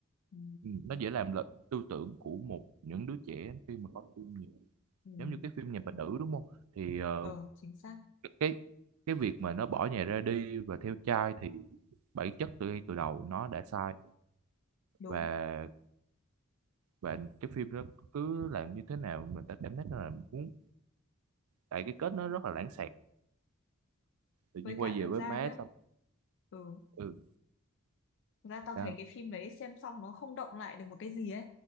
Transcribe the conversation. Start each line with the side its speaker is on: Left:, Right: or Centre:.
Left: ừ,
Right: ừ, nó dễ làm lệch tư tưởng của một những đứa trẻ khi mà có phim nhiều.
Left: ừ,
Right: giống như cái phim nhà bà
Left: ừ,
Right: nữ đúng không thì ờ,
Left: ờ, chính xác,
Right: cái cái việc mà nó bỏ nhà ra đi và theo trai thì bản chất từ ngay từ đầu nó đã sai
Left: đúng.
Right: và và cái phim đó cứ làm như thế nào mình ta cảm thấy là muốn tại cái kết nó rất là lãng xẹt tự
Left: Với
Right: nhiên
Left: cả
Right: quay về
Left: thật
Right: với
Left: ra
Right: má
Left: nhá,
Right: xong
Left: ừ
Right: ừ
Left: Thực ra tao
Right: sao
Left: thấy cái phim đấy xem xong nó không động lại được một cái gì ấy